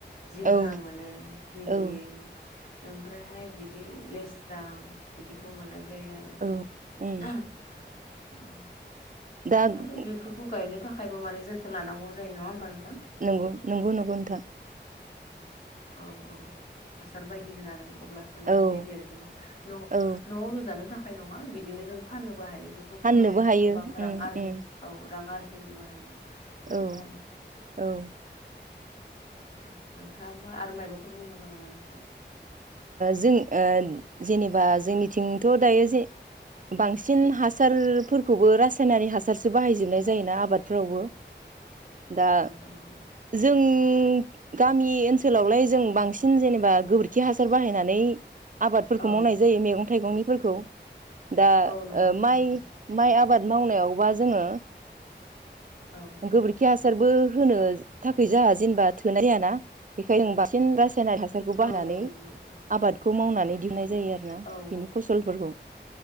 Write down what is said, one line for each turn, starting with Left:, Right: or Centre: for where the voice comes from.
Left: जिंखा
Right: औ
Left: मोनो भिन्दि
Right: औ
Left: ओमफ्रायहाय बिदि लेस्रां बिदिखौ मोननाय जायो आरो <inaudible>
Right: औ उम
Left: औ
Right: दा ओ
Left: आरो बेफोरखौ गायनो थाखायबो माने जोथोन लानांगौ जायो नङा होमबा नोंथां
Right: नंगौ नंगौ नंगौ नोंथा
Left: औ-औ हासार बायदि होनानै अब्लासो
Right: औ
Left: <inaudible> बे देरगोन न'आव
Right: औ
Left: लुजानो थाखाय नङा बिदिनो जों फाननोबो हायो बे बेखौ
Right: फाननोबो
Left: फाननानै
Right: हायो
Left: गोबां
Right: उम
Left: रां आरजिनो
Right: उम
Left: औ रां आरजिनोबो हायो बिदिनो
Right: औ-औ
Left: आरो ए नोंथाङाबो आरो मायबाफोर बुंगोन नामा नोंथां
Right: जों जेनेबा जोंनिथिंथ' दायो जे बांसिन हासारफोरखौबो रासायनारि हासारसो बाहायजोबनाय जायोना आबाद फोरावबो दा
Left: ओ नंगौ
Right: जों गामि ओनसो ओनसोलावलाय जों बांसिन जेनेबा गोबोरखि हासार बाहायनानै आबादफोरखौ
Left: औ
Right: मावनाय जायो मैगं थाइगंनिफोरखौ दा
Left: औ नंगौ नोंथां
Right: माइ
Left: नंगौ
Right: माइ आबाद मावनायावबा जोङो
Left: औ
Right: गोबोरखि हासारबो होनो थाखै जाया जेनेबा थोनाय जायाना बेखायनो बांसिन रासायनाारि हा फटारखौ बाहायनानै
Left: औ औ नंगौ नोंथां
Right: आबादखौ मावनानै दिहुननाय जायो आरो ना
Left: औ
Right: बिनि
Left: औ
Right: फसलफोरखौ